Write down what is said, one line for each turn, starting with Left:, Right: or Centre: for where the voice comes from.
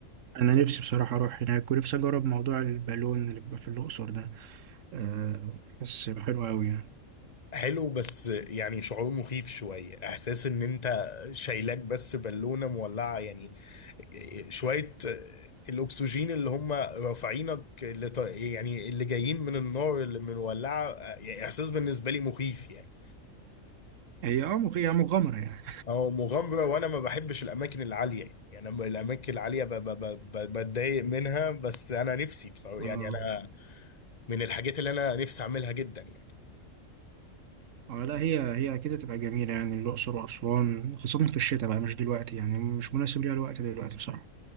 Right: أنا نفسي بصراحة أروح هناك ونفسي أجرب موضوع البالون اللي بيبقى في الأقصر ده آه، بس حلو أوي يعني
Left: حلو بس يعني شعور مخيف شوية احساس ان انت شايلاك بس بالونة مولعة يعني شوية الاكسجين اللي هم رافعينك اللي ط- يعني اللي جايين من النار اللي مولعة يعني احساس بالنسبة لي مخيف يعني
Right: هي اه مغ- هي مغامرة يعني
Left: او مغامرة وانا ما بحبش الاماكن العالية يعني يعني انا من الاماكن العالية ب- ب- ب- ب- بتضايق منها بس انا نفسي بصراحة يعني
Right: اه
Left: انا من الحاجات اللي انا نفسي اعملها جدا يعني
Right: اه لا هي هي اكيد هتبقى جميله يعني الاقصر واسوان خاصه في الشتاء بقى مش دلوقتي يعني مش مناسب ليها الوقت دلوقتي بصراحه